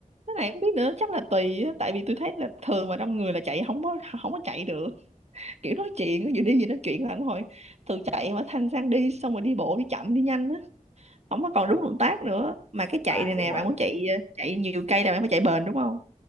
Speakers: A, on the right (about 55°); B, on the left (about 30°).
A: cái này không biết nữa chắc là tùy á,
B: Ừ.
A: tại vì tôi thấy là thường mà trong người là chạy không có không có chạy được kiểu nói chuyện vừa đi vừa nói chuyện là anh hồi từ chạy mà thanh sang đi xong rồi đi bộ đi chậm đi nhanh á không có còn
B: đó
A: đúng động tác nữa mà cái chạy
B: à
A: này
B: đúng
A: nè
B: rồi
A: bạn muốn chạy ờ, chạy nhiều cây là bạn phải chạy bền đúng không